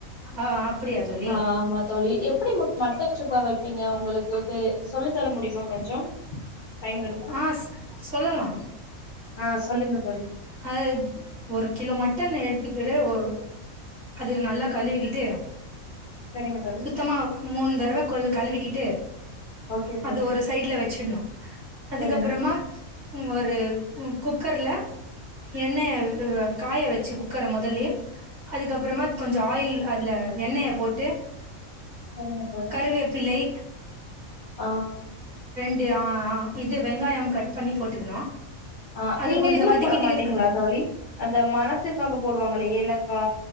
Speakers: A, on the right (about 40°); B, on the left (about 85°).
A: ஆ அப்டியா தோழி
B: ஆ ஆமா தோளி எப்டி மு மட்ட சு க்கா வைப்பீங்க உங்களுக்கு து சொல்லி தர முடியுமா கொஞ்சோ டைம் இருந்தா
A: ஆ சொல்லலா
B: ஆ சொல்லுங்க தோழி
A: ஆ ஒருக் கிலோ மட்டன் எடுத்துக்கிட்டு ஒ அது நல்லா கழுவிக்கிட்டு
B: சரிங்க தோழி
A: சுத்தமா மூனு தரவ கொஞ்ச கழுவிக்கிட்டு
B: ஓகே தோழி
A: அது ஒரு சைட்ல வ னு அதுக்கப்புறமா
B: சரிங்க
A: ஒரு ஆ கு குக்கர்ல எண்ணய அ காய வச்சு குக்கர முதல்லயே அதுக்கப்புறமா கொஞ்ச ஆயில் அதுல எண்ணய போட்டு
B: சரிங்க தோழி
A: கருவேப்பிலை
B: ஆ
A: இது ஆ அ வெங்காயம் கட் பண்ணி போட்டுக்கணு
B: அ
A: அத
B: நீங்க
A: கொஞ்சோ
B: இதெல்லா
A: வதக்கிட்டே
B: போட மாட்டீங்களா
A: இருக்கணு
B: தோழி அந்த மணத்துக்காக போடுவாங்கள ஏலக்கா